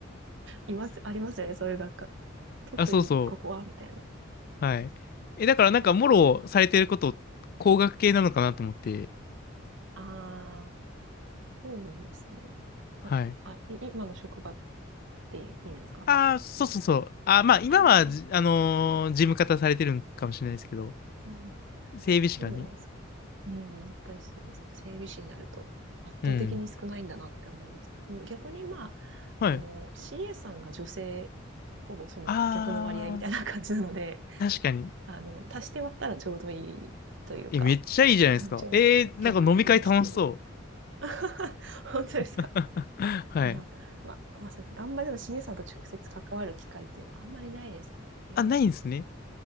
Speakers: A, on the right; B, on the left.
A: います、ありますよね。そういう学科。特にここは、
B: あ、そうそう。
A: みたいな。
B: はい。え、だからなんか、
A: はい。
B: もろされてること、工学系なのかなと思って。
A: ああ、そうですね。
B: はい。
A: あ、あい今の職場って意味ですか、
B: ああ、そうそうそう。あー、まあ、今はじ、
A: ああ
B: あのー事務方されてるんかもしれないですけど、
A: ー、うん、
B: 整備士がね。
A: そうです。うん、やっぱりそうです。整備士になると圧倒的に少ないんだなって思います。
B: うん。
A: でも逆にまあ、
B: はい。
A: あの、CA さんが女性、ほぼそんな逆の割合みたいな感じなので、
B: ああ、確かに。
A: あの、足して割ったらちょうどいいというか、
B: え、めっちゃいいじゃないですか。
A: <laughs> ちょうど逆転してる。
B: えー、なんか飲み会楽しそう。
A: <laughs> 本当ですか
B: <laughs> はい。
A: まあ、まあ、まあそうですね。あんまりでも CA さんと直接関わる機会っていうのはあんまりないですよね。
B: あ、ないんですね。